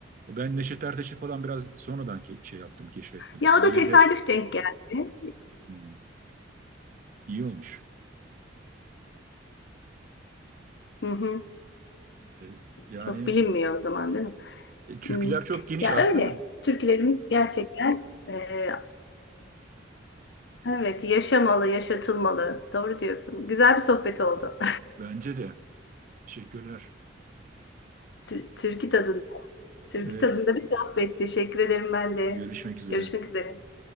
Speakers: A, on the right; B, on the left.
A: Ben Neşet Ertaş'ı falan biraz sonradan ke- şey yaptım, keşfettim.
B: Ya
A: Ailede
B: o da tesadüf denk geldi.
A: hmm, iyi olmuş.
B: Hı hı.
A: E, yani
B: Çok bilinmiyor o zaman değil mi?
A: e, türküler
B: Hı.
A: çok geniş
B: Ya
A: aslında
B: öyle.
A: da
B: Türkülerimiz gerçekten e, evet yaşamalı, yaşatılmalı. Doğru diyorsun. Güzel bir sohbet oldu.
A: bence de. Teşekkürler.
B: <laughs> Tü- Türkü tadında. Türk
A: Evet,
B: tadında bir sohbet. Teşekkür ederim ben de.
A: görüşmek üzere.
B: Görüşmek üzere.